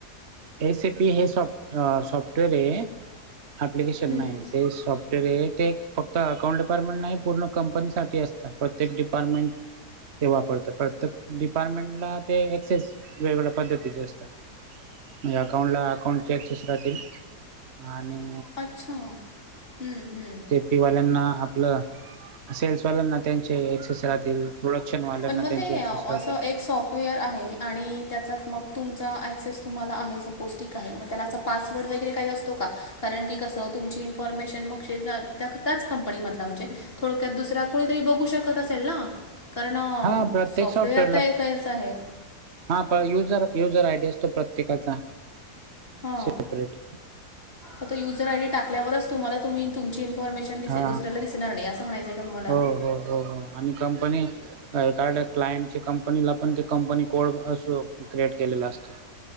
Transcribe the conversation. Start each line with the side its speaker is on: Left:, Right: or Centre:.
Right: एस ए पी हे सॉफ्ट सॉफ्टवेअरय ॲप्लिकेशन
Left: हं.
Right: नाही ते सॉफ्ट <unintelligible> फक्त अकाउंट डिपार्टमेंट नाही पूर्ण कंपनीसाठी असतं प्रत्येक डिपार्टमेंट ते वापरतात प्रत्येक डिपार्टमेंटला ते एक्सेस वेगवेगळ्या पद्धतीचे असतात. म्हणजे अकाउंटला अकाउंटचे एक्सेस राहते. आणि
Left: अच्छा! हम् हम्
Right: पीवाल्यांना आपलं सेल्स वाल्यांना त्यांचे एक्सेस राहतील प्रोडक्शनवाल्यांना
Left: पण म
Right: त्यांचे
Left: ते
Right: एक्सेस राहतील
Left: असं एक सॉफ वेअर आहे आणि त्याचाच मग तुमचा ऍक्सेस तुम्हाला आहे सपौस्टीक आहे. मग त्यालाच पासवर्ड वगैरे काही असतो का? कारण की कसं तुमची इन्फॉर्मेशन मग शेजा त्या त्याच कंपनीमधला म्हणजे थोडक्यात दुसरा कोणीतरी बघू शकत असेल ना? कारण
Right: हा प्रत्येक
Left: सॉफ्टवेअर
Right: सॉफ्टवेअरला
Left: तर एकच आहे.
Right: हा पण युजर युजर आयडी असतो, प्रत्येकाचा
Left: हा
Right: सेपरेट
Left: आता युजर आय डी टाकल्यावरच तुम्हाला तुम्ही तुमची इन्फॉर्मेशन दिसेल
Right: हा
Left: दुसऱ्याला दिसणार नाही. असं म्हणायचं का तुम्हांला?
Right: हो हो हो हो आणि कंपनी कार क्लायंटच्या कंपनीला पण ते कंपनी कोड असं क्रिएट केलेला असतो.